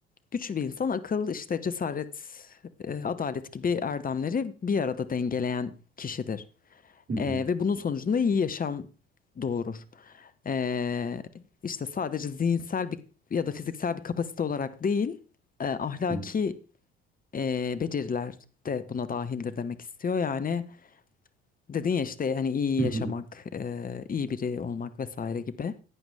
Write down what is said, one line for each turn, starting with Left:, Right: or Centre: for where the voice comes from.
Left: güçlü bir insan akıl, işte cesaret, e, adalet gibi erdemleri bir arada dengeleyen kişidir.
Right: hı hı,
Left: E, ve bunun sonucunda iyi yaşam doğurur. E, işte sadece zihinsel bir ya da fiziksel bir kapasite olarak değil, e, ahlaki
Right: hı
Left: e, beceriler de buna dahildir demek istiyor. Yani dedin ya işte hani iyi
Right: hı,
Left: yaşamak, e, iyi biri olmak vesaire gibi